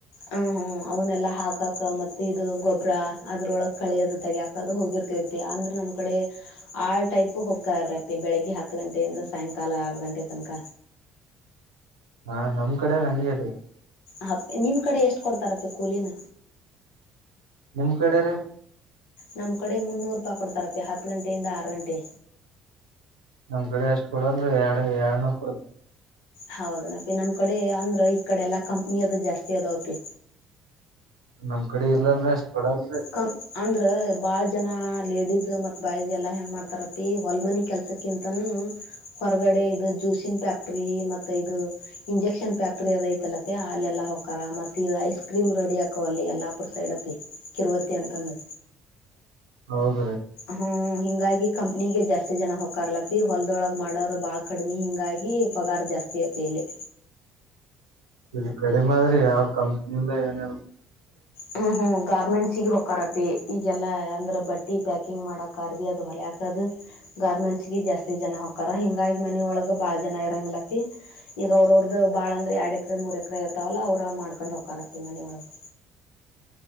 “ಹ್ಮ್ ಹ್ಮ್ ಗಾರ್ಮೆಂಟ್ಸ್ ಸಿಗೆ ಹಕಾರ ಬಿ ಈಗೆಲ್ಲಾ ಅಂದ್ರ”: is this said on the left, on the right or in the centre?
Left